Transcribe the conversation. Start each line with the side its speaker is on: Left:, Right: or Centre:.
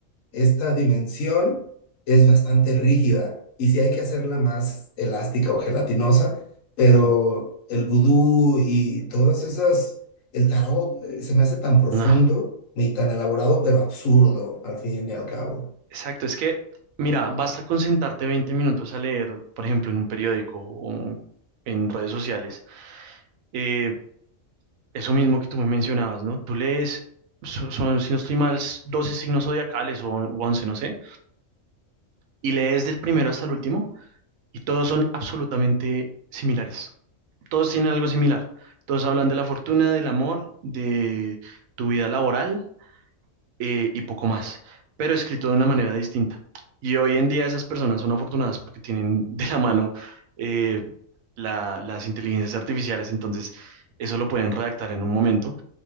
Left: esta dimensión es bastante rígida y sí hay que hacerla más elástica o gelatinosa, pero
Right: Claro,
Left: el vudú y todas esas, el tarot eh, se me hace tan profundo
Right: no,
Left: ni tan elaborado, pero absurdo al fin y al cabo,
Right: exacto, es que, mira, basta con sentarte 20 minutos a leer, por ejemplo, en un periódico o en redes sociales, eh, Eso mismo que tú me mencionabas, ¿no? Tú lees, so- son, si no estoy mal, 12 signos zodiacales o u 11, no sé, y lees del primero hasta el último y todos son absolutamente similares. Todos tienen algo similar. Todos hablan de la fortuna, del amor, de tu vida laboral eh, y poco más, pero escrito de una manera distinta. Y hoy en día esas personas son afortunadas porque tienen de la mano eh, la- las inteligencias artificiales, entonces eso lo pueden redactar en un momento